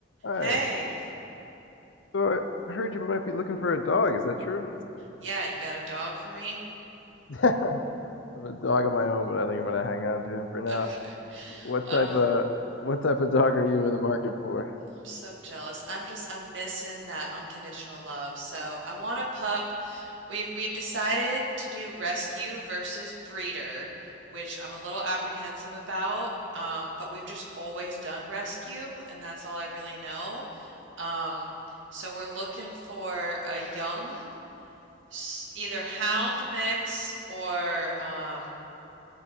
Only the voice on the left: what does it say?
Hi.
So I heard you might be looking for a dog. Is that true?
<laughs> I have a dog of my own, but I think I'm gonna hang on to him for now.
What
type of what type of dog are you in the market for?